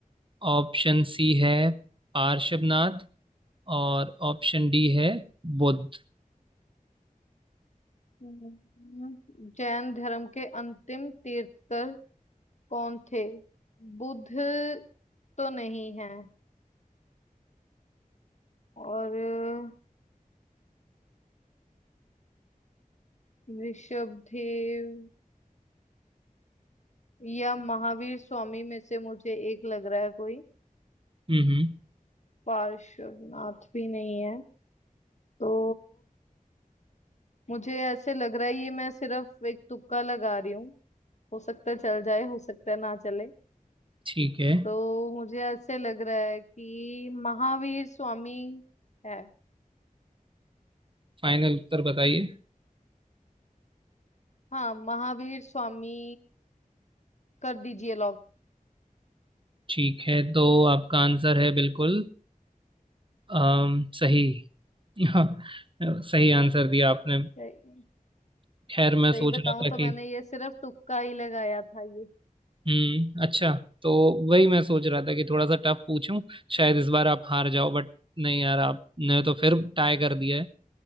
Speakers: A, on the right (about 35°); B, on the left (about 55°).
A: ऑप्शन सी है पार्श्वनाथ और ऑप्शन डी है बुद्ध
B: हम्म, जैन धर्म के अंतिम तीर्थकर कौन थे बुद्ध तो नहीं है और ऋषभदेव या महावीर स्वामी में से मुझे एक लग रहा है कोई
A: हम्म हम्म
B: पार्श्वनाथ भी नहीं है तो मुझे ऐसे लग रहा है ये मैं सिर्फ एक तुक्का लगा रही हूँ हो सकता है चल जाए हो सकता है ना चले
A: ठीक है
B: तो मुझे ऐसे लग रहा है कि महावीर स्वामी है
A: फाइनल उत्तर बताइए
B: हाँ महावीर स्वामी कर दीजिए लॉक
A: ठीक है तो आपका आंसर है बिल्कुल अम, सही <laughs> हाँ, सही आंसर दिया आपने
B: सही
A: खैर मैं
B: सही
A: सोच
B: बताऊं
A: रहा था
B: तो
A: कि
B: मैंने ये सिर्फ तुक्का ही लगाया था ये
A: हम्म अच्छा तो वही मैं सोच रहा था कि थोड़ा सा टफ पूछूं शायद इस बार आप हार जाओ बट नहीं यार आपने तो फिर टाई कर दिया है